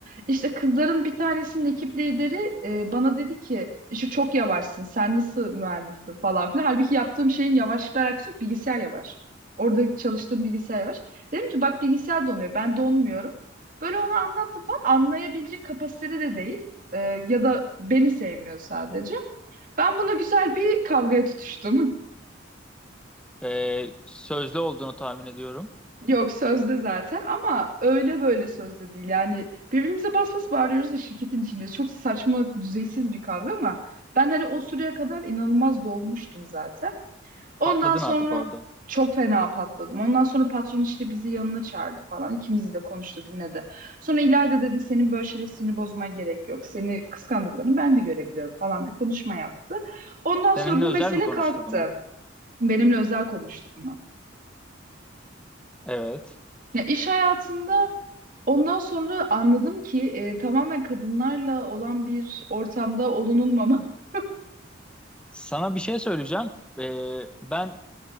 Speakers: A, on the right; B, in the centre.
A: İşte kızların bir tanesinin ekip lideri e, bana dedi ki şu çok yavaşsın sen nasıl mühendissin falan filan. Halbuki yaptığım şeyin yavaşlıkla alakası yok bilgisayar yavaş. Orada çalıştığım bilgisayar yavaş. Dedim ki bak bilgisayar donuyor ben donmuyorum. Böyle onu anlattım falan anlayabilecek kapasitede de değil. E, ya da beni sevmiyor sadece. Ben buna güzel bir kavgaya tutuştum.
B: E, sözlü olduğunu tahmin ediyorum.
A: <laughs> Yok sözde zaten ama öyle böyle sözde değil. Yani birbirimize bas bas bağırıyoruz ve şirketin içinde çok saçma, düzeysiz bir kavga ama ben hani o süreye kadar inanılmaz dolmuştum zaten. Ondan
B: Patladın
A: sonra
B: artık orada.
A: çok fena patladım. Ondan sonra patron işte bizi yanına çağırdı falan. İkimizi de konuştu, dinledi. Sonra İlayda dedi senin böyle şeyler sinir bozmaya gerek yok. Seni kıskandıklarını ben de görebiliyorum falan bir konuşma yaptı. Ondan sonra
B: Seninle
A: bu
B: özel
A: mesele
B: mi konuştu
A: kalktı.
B: bunu?
A: Benimle özel konuştu bunu.
B: Evet.
A: Ya iş hayatında ondan sonra anladım ki e, tamamen kadınlarla olan bir ortamda olunulmama. <laughs>
B: Sana bir şey söyleyeceğim. Ee, ben